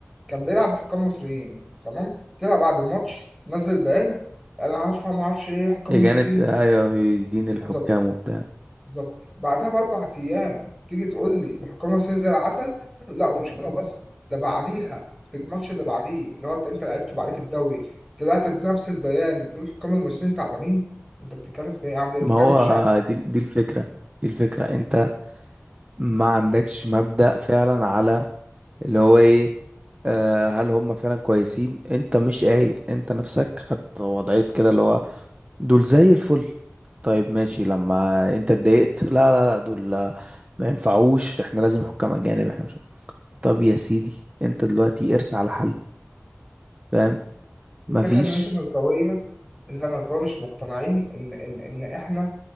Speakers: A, in the centre; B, on the right (about 30°).
A: كان بيلعب بحكام مصريين تمام طلع بعد الماتش نزل بيان انا هرفع ما اعرفش ايه الحكام
B: يا
A: المصريين
B: جانت ايوه دين الحكام
A: بالظبط
B: وبتاع
A: بالظبط بعدها باربع ايام تيجي تقول لي الحكام ماشيين زي العسل لا ومش كده بس ده بعديها في الماتش اللي بعديه اللي هو انت لعبته بعديه في الدوري طلعت بنفس البيان بتقول الحكام المصريين تعبانين انت بتتكلم في ايه يا عم ده انت
B: ما
A: كده
B: هو
A: مش شاعر
B: دي دي الفكرة دي الفكرة انت ما عندكش مبدأ فعلا على اللي هو ايه آه، هل هم فعلا كويسين انت مش قايل انت نفسك خدت وضعية كده اللي هو دول زي الفل طيب ماشي لما انت اتضايقت لا لا لا دول ما ينفعوش احنا لازم حكام اجانب احنا مش عارف. طب يا سيدي انت دلوقتي ارس على حل فاهم مفيش
A: الفكرة إن الزملكاوية الزملكاوية مش مقتنعين إن إن إن إحنا